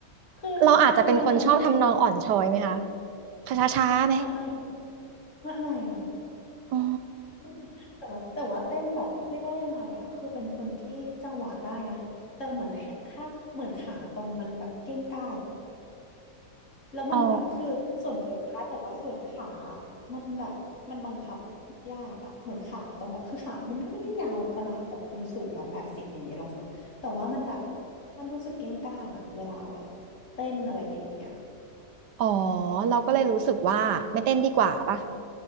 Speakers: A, on the left (about 45°); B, on the right (about 80°).
A: คือ
B: เราอาจจะเป็นคนชอบทำนองอ่อนช้อยไหมคะ
A: ตองเป็นคนที่จริง
B: ช้าช้าๆไหม
A: ไม่ไม่ค่ะไม่ไม่ค่ะ
B: อ๋อ
A: <laughs> แต่ว่าแต่ว่าเต้นแบบเรียกว่ายังไงอะคือเป็นคนที่จังหวะได้นะแต่เหมือนแค่ข้างเหมือนขาตรงมันแบบเก้งก้าง แล้วมันแบบคือส่วนเวนได้แต่ว่าส่วนขา
B: อ๋อ
A: มันแบบมันบังคับยากอะเหมือนขาตรงแบบคือขามันก็ไม่ได้ยาวขนาดแบบคนสูงร้อยแปดสิบอย่างเงี้ยหรอกค่ะแต่ว่ามันแบบมันรู้สึกเก้งก้างอะเวลาแบบเต้นอะไรอย่างเงี้ย
B: อ๋อเราก็เลยรู้สึกว่าไม่เต้นดีกว่าป่ะ